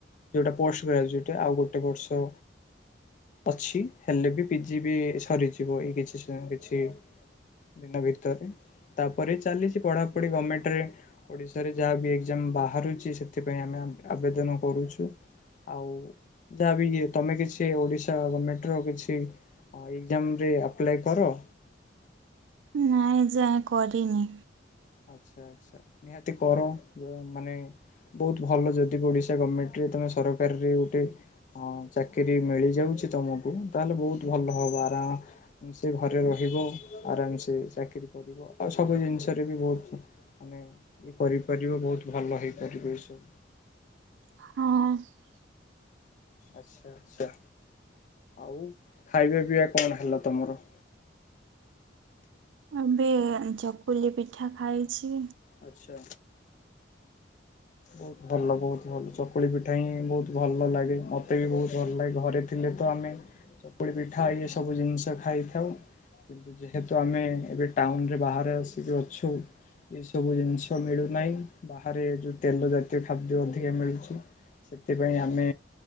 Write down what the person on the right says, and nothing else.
ନାଇଁ ଯାଏ କରିନି।
ହଁ।
ଏବେ ଚକୁଲି ପିଠା ଖାଇଛି।
।